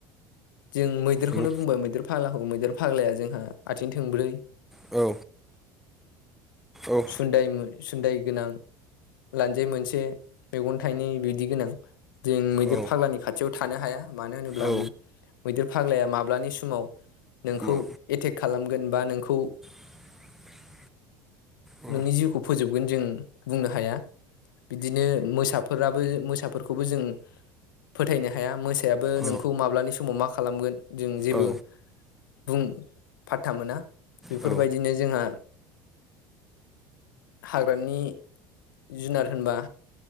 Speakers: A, on the left; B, in the centre.
A: जों मैदेरखौनो
B: हेलौ
A: बुंबाय मैदेर फाग्लाखौ मैदेर फाग्लाया जोंहा आथिं थोंब्रै
B: औ औ उम
A: सुदाय सुदाय गोनां लान्जाय मोनसे मेगन थाइनै बिदि गोनां जों मैदेर
B: औ
A: फाग्लानि खाथियाव थानो हाया मानो होनोब्ला
B: औ
A: मैदेर फाग्लाया माब्लानि समाव नोंखौ
B: मा
A: एटेक खालामगोन बा नोंखौ
B: <inaudible> औ
A: नोंनि जिउखौ फोजोबगोन जों बुंनो हाया बिदिनो मोसाफोराबो मोसाफोरखौबो जों फोथायनो हाया मोसायाबो
B: औ
A: नोंखौ माब्लानि समाव मा खालामगोन जों जेबो
B: औ
A: बुं फाथ्था मोना बेफोरबायदिनो
B: औ
A: जोंहा हाग्रानि जुनार होनबा